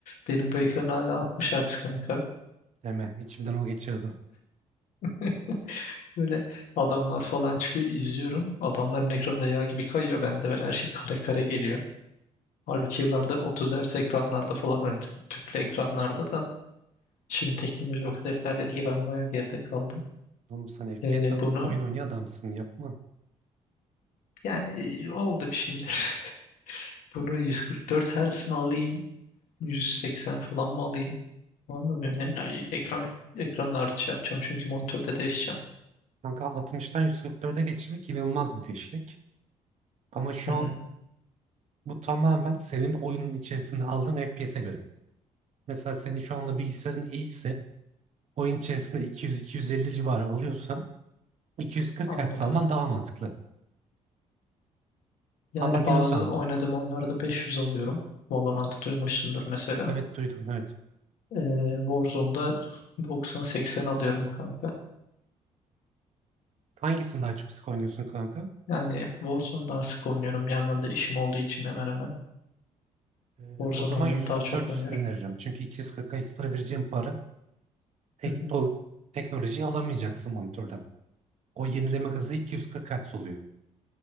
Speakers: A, on the left; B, on the right.
A: Benim bu ekran hala 60 hertz kanka.
B: Deme. içimden o geçiyordu.
A: <laughs> Böyle adamlar falan çıkıyor izliyorum. Adamların ekranında yağ gibi kayıyor. Bende böyle her şey kare kare geliyor. Halbuki yıllardır 30 hertz ekranlarda falan oynadık. Tüplü ekranlarda da. Şimdi teknoloji o kadar ilerledi ki ben bayağı geride kaldım.
B: Oğlum sen FPS
A: Ee,
B: at-
A: bunu
B: oyun oynayan adamsın yapma.
A: yani oldu bir şeyler. <laughs> Bunu 144 Hz mi alayım? 180 falan mı alayım? Var mı bir önerin? Ay, Ekran, ekranı da artış yapacağım çünkü monitörde değişeceğim.
B: Kanka 60'tan 144'e geçmek inanılmaz bir değişiklik. Ama şu
A: Hı
B: an
A: hı,
B: Bu tamamen senin oyunun içerisinde aldığın FPS'e göre. Mesela senin şu anda bilgisayarın iyiyse oyun içerisinde 200-250 civarı alıyorsan 240
A: anladım.
B: Hz alman daha mantıklı.
A: Yani
B: Ama diyorsan
A: bazı oynadığım oyunlarda 500 alıyorum. Valorant'ı duymuşsundur mesela.
B: evet duydum evet.
A: Ee, Warzone'da 90-80 alıyorum kanka.
B: Hangisini daha çok sık oynuyorsun kanka?
A: Yani Warzone daha sık oynuyorum. Bir yandan da işim olduğu için hemen hemen.
B: Ee,
A: Warzone
B: o zaman
A: oyununu
B: 144
A: daha çok oynuyorum.
B: öneririm. Çünkü 240'a ekstra vereceğim para ek,
A: Hı hı.
B: o teknolojiyi alamayacaksın monitörden. O yenileme hızı 240 Hz oluyor.